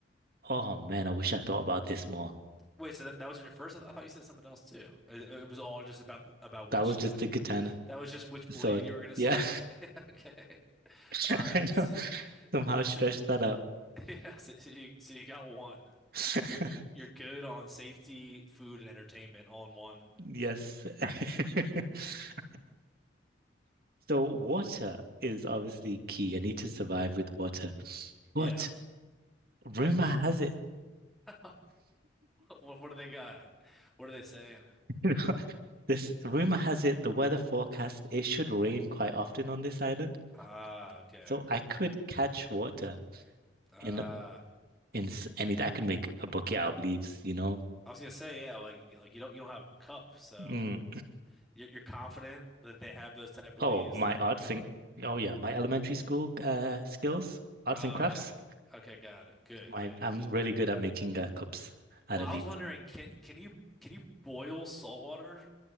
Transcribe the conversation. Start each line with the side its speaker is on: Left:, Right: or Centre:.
Right: Oh man, I wish I thought about this more.
Centre: Wait, so that, that was your first? I thought you said something else too. It, it was all just about about which
Right: That was just
Centre: which
Right: a katana.
Centre: That was just which
Right: So
Centre: blade you were going to
Right: yeah,
Centre: select. <laughs> Okay.
Right: <laughs>
Centre: All right.
Right: I know.
Centre: <laughs>
Right: Somehow stretched
Centre: So,
Right: that out.
Centre: yeah, so, so you, so you got one.
Right: <laughs>
Centre: You're you're you're good on safety, food, and entertainment all in one.
Right: Yes. <laughs> So water is obviously key. I need to survive with water. But
Centre: Yeah.
Right: rumor
Centre: Like ki-
Right: has it.
Centre: <laughs> what what do they got? What are they saying?
Right: <laughs> This rumor has it the weather forecast it should rain quite often on this island,
Centre: Ah, okay.
Right: so I
Centre: I get
Right: could catch water
Centre: ah
Right: in in s- and it, I could make a bouquet out of leaves, you know.
Centre: I was gonna say, yeah, like like you don't you don't have a cup, so
Right: Mm.
Centre: you're you're confident that they have those type of
Right: Oh,
Centre: leaves
Right: my
Centre: that they
Right: arts
Centre: make up.
Right: and
Centre: a-
Right: oh yeah, my elementary school uh skills, arts
Centre: Ah,
Right: and crafts.
Centre: okay. Okay, got it. Good,
Right: My
Centre: good,
Right: I'm
Centre: good.
Right: really good at making uh, cups out
Centre: Well,
Right: of
Centre: I
Right: leaves.
Centre: was wondering, can can you can you boil salt water?